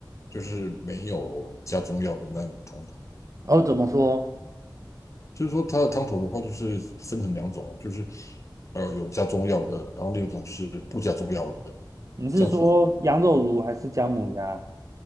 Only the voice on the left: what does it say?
就是没有加中药的那种汤头，
就是说它的汤头的话，就是分成两种，就是呃有加中药的，然后另一种是不加中药的，
这样子，